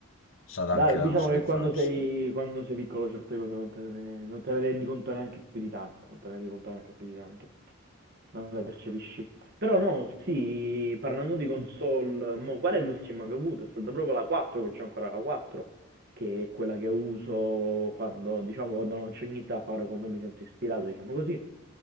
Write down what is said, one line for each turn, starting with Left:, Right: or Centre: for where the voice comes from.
Left: stata
Right: Dai,
Left: anche la
Right: diciamo
Left: nostra
Right: che
Left: infanzia.
Right: quando sei, quando sei piccolo certe cose non te ne, non te ne rendi conto neanche più di tanto, non te ne rendi conto neanche più di tanto, non le percepisci. Però no, sì, parlando di console, mo, qual è l'ultima che ho avuto? È stata proprio la 4, che c'ho ancora la 4, che è quella che uso quando, diciamo, quando non c'ho niente da fare o quando mi sento ispirato, diciamo così.